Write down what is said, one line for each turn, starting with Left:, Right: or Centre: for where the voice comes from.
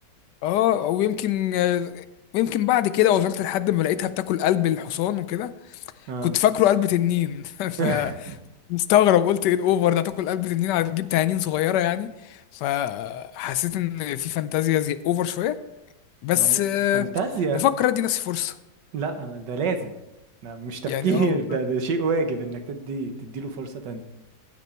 Left: اه او يمكن آه، يمكن بعد كده وصلت لحد ما لقيتها بتاكل قلب الحصان وكده
Right: اه
Left: كنت فاكره قلب تنين <laughs>
Right: <laughs>
Left: فمستغرب قلت ايه الاوفر ده تاكل قلب تنين هتجيب تنانين صغيره يعني فحسيت ان في فانتازيا زي اوفر شويه بس
Right: ما هو
Left: آه،
Right: فانتازيا
Left: بفكر ادي نفسي فرصه
Right: لا انا ده لازم لا مش تفكير
Left: يعني اه والله
Right: <laughs> ده ده شيء واجب انك تدي تديله فرصة تانية